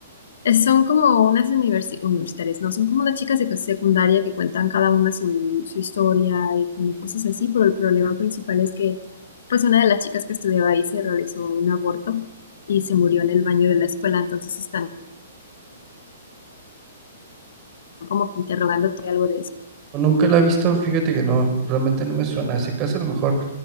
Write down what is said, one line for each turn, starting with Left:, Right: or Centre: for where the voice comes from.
Left: es- son como unas universi- universitarias, ¿no? Son como unas chicas de secundaria que cuentan cada una su, su historia y como cosas así, pero el problema principal es que, pues, una de las chicas que estudiaba ahí se realizó un aborto y se murió en el baño de la escuela, entonces están como que interrogándote algo de eso.
Right: Nunca la he visto, fíjate que no, realmente no me suena. Si acaso a lo mejor